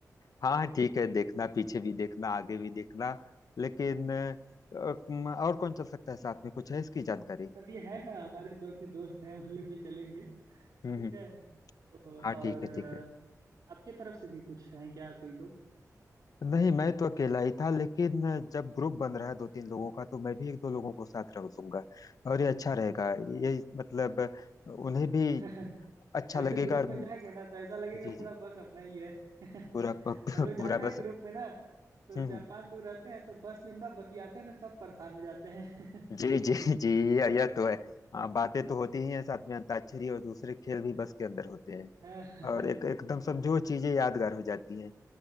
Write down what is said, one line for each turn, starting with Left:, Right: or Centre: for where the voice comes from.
Left: हाँ हाँ, ठीक है देखना पीछे भी देखना आगे भी देखना लेकिन अ, अम, और कौन चल सकता है
Right: <laughs>
Left: साथ में कुछ है इसकी जानकारी
Right: अभी है ना हमारे दो ठे दोस्त हैं उन लोग भी चलेंगे
Left: हम्म
Right: ठीक
Left: हम्म
Right: है तो
Left: हाँ
Right: और
Left: ठीक है
Right: अ,
Left: ठीक है
Right: आपके तरफ से भी कुछ है क्या कोई लोग
Left: नहीं मैं तो अकेला ही था लेकिन जब ग्रुप बन रहा है दो तीन लोगों का तो मैं भी एक दो लोगों को साथ रख दूंगा और ये अच्छा रहेगा ये मतलब उन्हें भी
Right: <laughs>
Left: अच्छा
Right: ऐसे
Left: लगेगा
Right: ग्रुप
Left: और
Right: में जाएंगे ना तो ऐसा लगेगा
Left: जी
Right: पूरा
Left: जी
Right: बस अपना ही है <laughs>
Left: पूरा पूरा
Right: हम लोग जाते हैं
Left: बस
Right: ग्रुप में ना तो
Left: हम्म
Right: चार
Left: हम्म।
Right: पांच लोग रहते हैं तो बस में इतना बतियाते हैं ना सब परेशान हो जाते हैं <laughs>
Left: जी जी जी यह यह तो है हाँ बातें तो होती ही हैं साथ में अंताक्षरी और दूसरे खेल भी बस के अंदर होते हैं
Right: हाँ,
Left: और एक एकदम सब जो चीजें यादगार हो जाती हैं